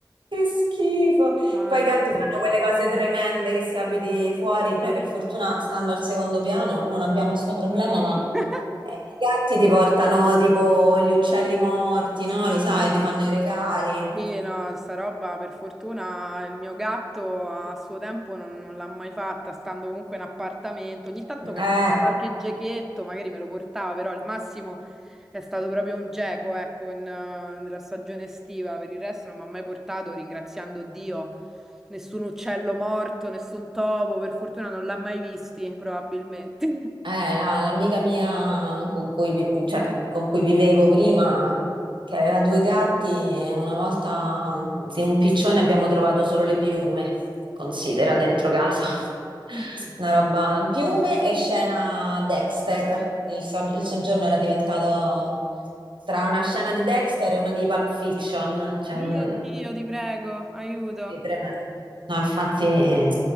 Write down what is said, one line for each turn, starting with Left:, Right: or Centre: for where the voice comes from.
Right: Che schifo.
Centre: Madre
Right: Poi i gatti fanno
Centre: mia.
Right: quelle cose tremende che si abiti fuori. Noi per fortuna, stando al secondo piano, non abbiamo sto problema, ma
Centre: <laughs>
Right: eh, i gatti ti portano tipo gli uccelli morti,
Centre: Sì,
Right: no? Lo sai,
Centre: no.
Right: ti fanno i regali.
Centre: Sì, no, sta roba per fortuna il mio gatto a suo tempo non, non l'ha mai fatta, stando comunque in appartamento. Ogni tanto ca-
Right: Eh.
Centre: qualche gechetto magari me lo portava, però al massimo è stato proprio un geco, ecco, in, eh, nella stagione estiva. Per il resto non mi ha mai portato, ringraziando Dio, nessun uccello morto, nessun topo, per fortuna non l'ha mai visti, probabilmente.
Right: Eh, la- l'amica mia con cui, vi- cioè, con cui vivevo prima, che aveva due gatti, una volta di un piccione abbiamo trovato solo le piume, considera, dentro casa. <laughs>
Centre: <laughs>
Right: Una roba, piume e scena Dexter. Il, so- il soggiorno era diventato tra una scena di Dexter e una di Pulp Fiction, cioè
Centre: Mio
Right: un-
Centre: Dio, ti prego, aiuto.
Right: sì, tremendo. No, infatti eh,